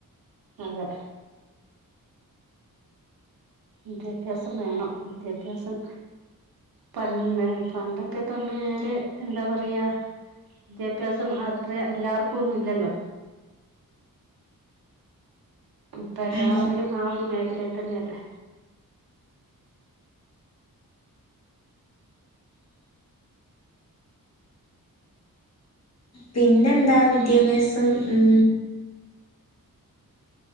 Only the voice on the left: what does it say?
അതെ
പിന്നെന്താ,
വിദ്യാഭ്യാസം. ഉം